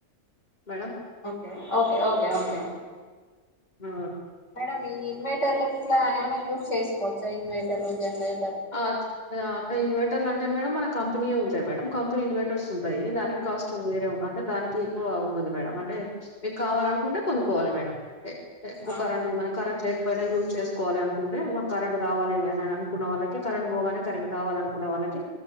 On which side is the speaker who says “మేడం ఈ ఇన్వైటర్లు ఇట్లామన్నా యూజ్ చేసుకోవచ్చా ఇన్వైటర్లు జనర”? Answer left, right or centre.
Left